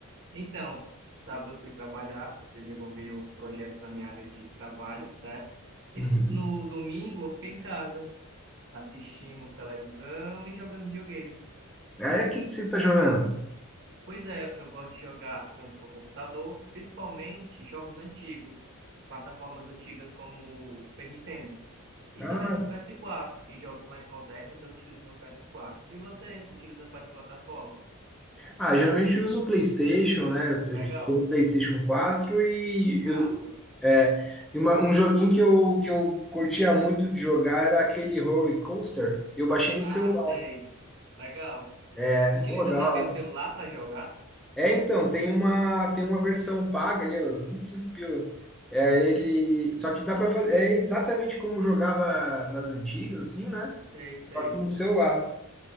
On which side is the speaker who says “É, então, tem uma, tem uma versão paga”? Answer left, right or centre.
Centre